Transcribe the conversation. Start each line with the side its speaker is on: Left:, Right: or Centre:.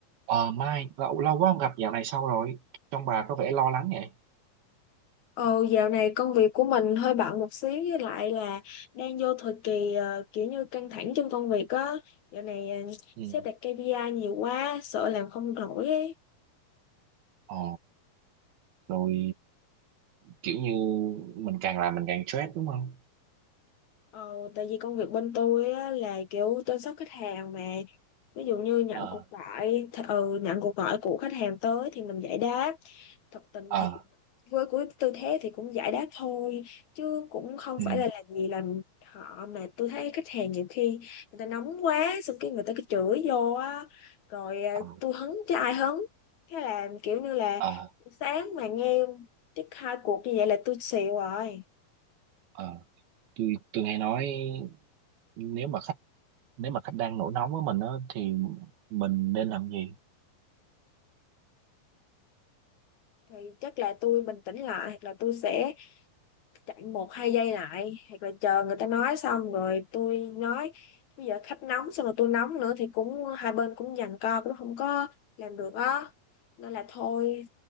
Right: Ờ Mai, lâu, lâu quá không gặp dạo này sao rồi? trong bà có vẻ lo lắng vậy.
Left: Ờ, dạo này công việc của mình hơi bận một xíu với lại là đang vô thời kỳ ờ, kiểu như căng thẳng trong công việc á. Dạo này ờ,
Right: Ừ.
Left: sếp đặt KPI nhiều quá, sợ làm không nổi ấy.
Right: Ờ, rồi kiểu như mình càng làm mình càng stress đúng không?
Left: Ờ, tại vì công việc bên tôi á, là kiểu chăm sóc khách hàng mà ví dụ như nhận
Right: Ờ,
Left: cuộc gọi th- ừ, nhận cuộc gọi của khách hàng tới thì mình giải đáp thật tình
Right: ờ,
Left: thì với cái tư thế thì cũng giải đáp thôi chứ cũng không
Right: ừ,
Left: phải là làm gì làm họ mà tôi thấy khách hàng nhiều khi người ta nóng quá xong cái người ta cứ chửi vô á rồi à,
Right: ờ,
Left: tôi hứng chứ ai hứng thế là kiểu như là
Right: ờ,
Left: sáng mà nghe chắc hai cuộc như vậy là tôi xỉu rồi
Right: ờ. Tôi, tôi nghe nói nếu mà khách nếu mà khách đang nổi nóng với mình á thì mình nên làm gì?
Left: thì chắc là tôi bình tĩnh lại hoặc là tôi sẽ chạy một hai giây lại hoặc là chờ người ta nói xong rồi tôi nói bây giờ khách nóng xong rồi tôi nóng nữa thì cũng hai bên cũng giằng co cũng không có làm được á nên là thôi